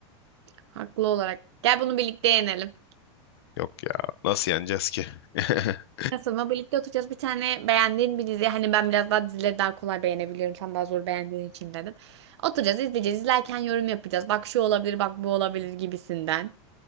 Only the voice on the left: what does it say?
Yok ya nasıl yeneceğiz ki? <laughs>